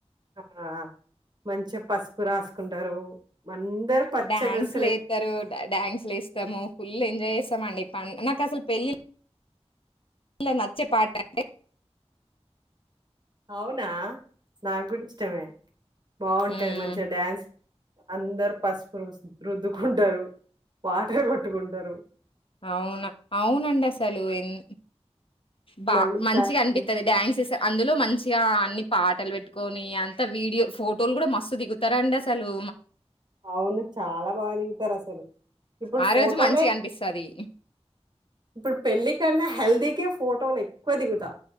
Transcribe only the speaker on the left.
డ్యాన్స్లు
వస్తారు డ్యాన్స్ లు ఇస్తాము ఫుల్ ఎంజాయ్ చేస్తా మండిప నాకుసలు పెళ్ళి ఇలా నచ్చే పాటంటే
హ్మ్
అవునా అవునంసలు ఎన్ బా
మంచిగా
అనిపిస్తుది డ్యాన్స అందులో మంచిగా అన్ని పాటలు పెట్టుకొని అంత వీడియో ఫోటోలు కూడా మస్తు దిగుతారంండి అసలు
ఆ
రోజు మంచిగా అనిపిస్తది